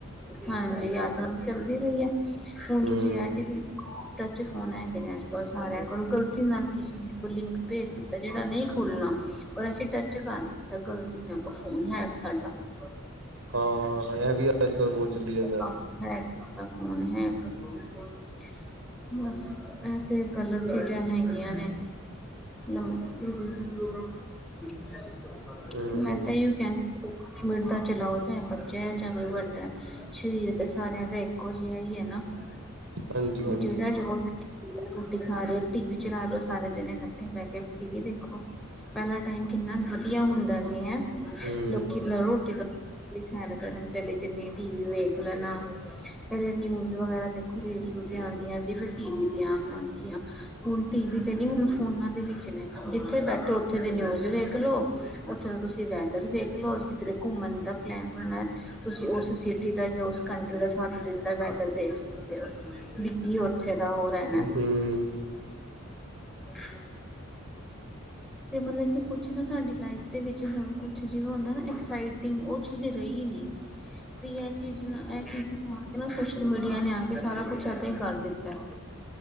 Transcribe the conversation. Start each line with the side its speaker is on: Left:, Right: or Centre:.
Centre: ਹਾਂਜੀ ਯਾਤਰਾ ਤੇ ਚੱਲਦੀ ਨਈ ਐ, ਹੁਨ
Right: ਹੂੰ,
Centre: ਤੁਸੀਂ ਐਹ ਚੀਜ਼ ਦੇ ਟੱਚ ਫੋਨ ਹੈਗੇ ਐ ਅੱਜ-ਕੱਲ ਸਾਰਿਆਂ ਕੋਲ, ਗਲਤੀ ਨਾਲ ਕਿਸੀ ਕੋਈ ਲਿੰਕ ਭੇਜ ਦਿੱਤਾ ਜੇਹੜਾ ਨਈ ਖੋਲਨਾ। ਔਰ ਅਸੀਂ ਟੱਚ ਕਰ ਤਾ ਗ਼ਲਤੀ ਨਾਲ, ਓਹ ਫੋਨ ਹੈਕ ਸਾਡਾ <unintelligible> ੳ
Right: ਹਾਂ ਇਹ ਵੀ ਅੱਜ-ਕੱਲ੍ਹ ਬਹੁਤ ਚੱਲੀ ਜਾਂਦਾ
Centre: ਕੰਮ ਹੈ ਅ ਫੋਨ ਹੀ ਐ ਇੱਕ <unintelligible> ਬਸ ਏਹ ਤੇ ਗਲਤ ਚੀਜ਼ਾਂ ਹੈਗੀਆਂ ਨੇ ਮ-ਮ- <unintelligible>
Right: ਹੂੰ-ਹੂੰ।
Centre: ਮੈਂ ਤਾ ਅਯਿਓ ਕਹਿ <unintelligible> ਬੱਚੇ ਐ ਚਾਵਲ ਵੱਡੇ ਸ਼ਰੀਰ ਤੇ ਸਾਰਿਆਂ ਦਾ ਇੱਕੋ ਜੇਹਾ ਈ ਏ-ਨਾ। <inaudible>
Right: ਹਾਂਜੀ-ਹਾਂਜੀ।
Centre: ਵੀ ਜਿਹੜਾ ਜਦੋ <unintelligible> ਰੋਟੀ ਖਾ ਰਿਹਾ ਟੀ-ਵੀ ਚਲਾ ਲਓ ਸਾਰੇ ਜਨੇ ਕੱਅ ਠੇ ਬਹਿ ਕੇ ਟੀ-ਵੀ ਦੇਖੋ, ਪਹਿਲਾ ਟਾਈਮ ਕਿੰਨਾ ਵਧੀਆ ਹੁੰਦਾ ਸੀ ਹੈਂਅ <unintelligible>
Right: ਹੂੰ,
Centre: ਲੋਕੀ ਨਾਲੇ ਰੋਟੀ ਦਾ <unintelligible> ਕਰਨ ਚਲੀ ਜਾਂਨੀ ਟੀ-ਵੀ ਵੇਖ ਲੈਨਾ ਪਹਿਲੇ ਨਿਊਜ਼ ਵਗੈਰਾ ਦੇਖੋ ਰੇਡੀਓ ਤੇ ਆਂਦੀਆਂ ਜੀ, ਫਿਰ ਟੀ-ਵੀ ਤੇ ਆਨ ਲਾਗੀਆਂ। ਹੁਨ ਟੀ-ਵੀ ਤੇ ਨੀ ਹੁਨ ਫੋਨਾਂ ਦੇ ਵਿੱਚ ਨੇ, ਜਿੱਥੇ ਬੈਠੋ ਉੱਥੇ ਦੀ ਨਿਊਜ਼ ਵੇਖ ਲੋ, ਉੱਥੇ ਦਾ ਤੁਸੀਂ ਵੈਦਰ ਵੇਖ ਖਲੋਜ ਕਿੱਦਰੇ ਘੁੰਮਣ ਦਾ ਪਲੈਨ <unintelligible> ਤੁਸੀਂ ਓਸ ਸਿਟੀ ਦਾ ਯਾ ਓਸ ਕੰਟਰੀ ਦਾ ਸੱਤ-ਦਿਨ ਦਾ ਵੈਦਰ ਦੇਖ ਸਕਦੇ ਓ। ਵੀ-ਕੀ ਓਥੇ ਦਾ ਓਹ ਰੈਨਾ
Right: ਹੂਅਅ
Centre: <unintelligible> ਤੇ ਮਤਲਬ ਕਿ ਕੁਛ ਵੀ ਸਾਡੀ ਲਾਈਫ ਦੇ ਵਿੱਚ, ਹੁਨ ਕੁਛ ਜਿਵੇਂ ਉਅ ਹੁੰਦਾ ਹੈ ਨਾ ਏਨਾ ਐਕਸਾਈਟਿੰਗ ਓਹ ਚੀਜ਼ ਰਹੀ ਨੀ। <unintelligible> ਵੀ ਐਹ ਚੀਜ਼ ਨਾ ਐਹ ਚੀਜ਼ <unintelligible> ਏਹ ਨਾ ਸੋਸ਼ਲ ਮੀਡੀਆ ਨੇ ਆਕੇ ਸਾਰਾ ਕੁਛ ਐਦਾ ਹੀ ਕਰ ਦਿੱਤਾ।